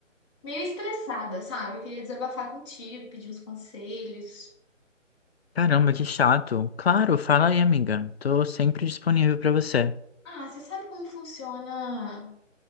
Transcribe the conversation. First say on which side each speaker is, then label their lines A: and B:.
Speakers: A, on the left; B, on the left.
A: meio estressada, sabe? Eu queria desabafar contigo, pedir uns conselhos.
B: Caramba, que chato. Claro, fala aí, amiga. Tô sempre disponível pra você.
A: Ah, você sabe como funciona?